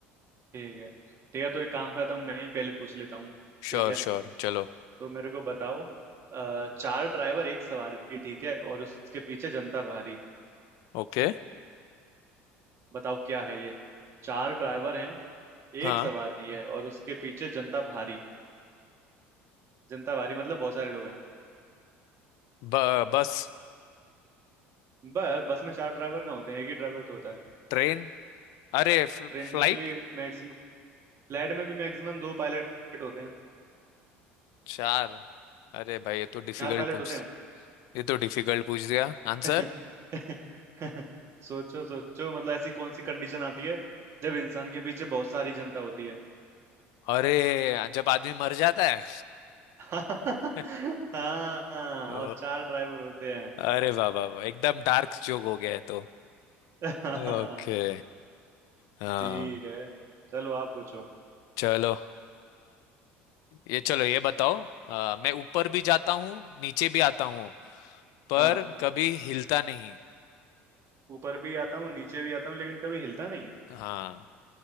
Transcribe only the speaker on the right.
ठीक है ठीक है तो एक काम करता हूँ मैं ही पहले पूछ लेता हूँ
ठीक है
तो मेरे को बताओ अ, चार ड्राइवर एक सवारी ठीक है और उसके पीछे जनता भारी
बताओ क्या है ये चार ड्राइवर हैं
एक सवारी है और उसके पीछे जनता भारी जनता भारी मतलब बहुत सारे लोग हैं
बस बस में चार ड्राइवर कहाँ होते हैं एक ही ड्राइवर तो होता है
ट्रेन
में भी मैक्सिमम फ्लाइट में भी मैक्सिमम दो पायलट होते हैं
चार पायलट
होते
हैं <laughs> सोचो सोचो मतलब ऐसी कौन सी कंडीशन आती है जब इंसान के पीछे बहुत सारी जनता होती है
<laughs>
हाँ हाँ,
और चार ड्राइवर होते हैं
<laughs> हाँ
ठीक है चलो आप पूछो
हाँ
ऊपर भी आता हूँ नीचे भी आता हूँ लेकिन कभी हिलता नहीं